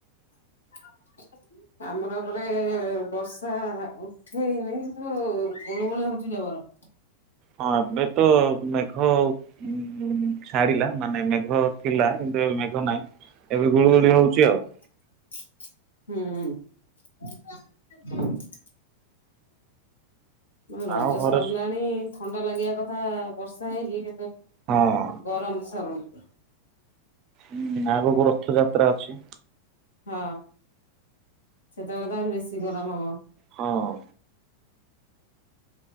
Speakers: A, on the left; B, on the right.
A: <inaudible> ଆମର ଏପଟେ ବର୍ଷା ଉଠେଇନି କିନ୍ତୁ ଗୁଳୁଗୁଳି ହଉଚି ଜବର।
B: ହଁ ଏବେ ତ ମେଘ ଉ- ଛାଡିଲା ମାନେ ମେଘ ଥିଲା କିନ୍ତୁ ଏବେ ମେଘ ନାହିଁ ଏବେ ଗୁଳୁଗୁଳି
A: ହୁଁ
B: ହଉଚି ଆଉ।
A: ହୁଁ-। ରଜ
B: ଆଉ ଘରେ
A: ସରିଲାଣି ଥଣ୍ଡା ଲାଗିବା କଥା ବର୍ଷା ହେଇକି
B: ହଁ।
A: ଗରମ୍ ସରୁନି ଯମା
B: ହୁଁ- ଆଗକୁ ରଥଯାତ୍ରା ଅଛି।
A: ହଁ ସେତେବେଳେ ତ ଆହୁରି ବେଶୀ ଗରମ୍ ହବ।
B: ହଁ।